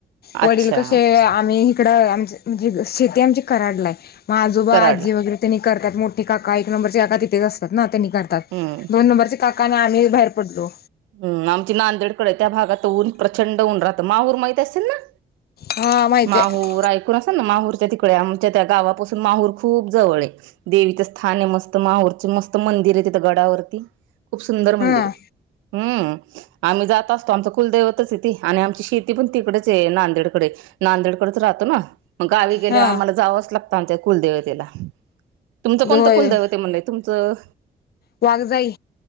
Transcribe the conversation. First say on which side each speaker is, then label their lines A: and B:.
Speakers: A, on the left (about 55°); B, on the right (about 85°).
A: वडील
B: अच्छा
A: कसे? आम्ही इकडं आमच म्हणजे- शेती आमची कराडलाय. मग आजोबा,
B: कराडला
A: आजी वगैरे- त्यांनी करतात. मोठी काका एक नंबरचे काका तिथेच असतात ना? त्यांनी करत- -तात.
B: हम्म
A: दोन नंबरचे काका आणि आम्ही बाहेर पडलो.
B: हम. आमची नांदेडकडेय. त्या भागात ऊन प्रचंड ऊन राहतं. माहूर माहित असेल ना?
A: हा माहिती
B: माहूर-
A: आहे
B: असल ना? माहूरच्या तिकडे. आमच्या त्या गावापासून माहूर खूप जवळ आहे. देवीचं स्थान आहे. मस्त माहूरचं मस्त मंदिर ए - गडावरती, खूप सुंदर
A: हा
B: मंदिर आहे. हम्म. आम्ही जात असतो. आमचं कुलदैवतच ए ते. आणि आमची शेती पण तिकडेच आहे नांदेडकडे. नांदेडकडच राहतो ना? म गावी गेल्याव
A: हा
B: आम्हाला जावंच लागतं आमच्या कुलदैवतेला. तुमचं कोणत
A: होय
B: कुलदैवते म्हणले? तुमचं-
A: वाघजाई.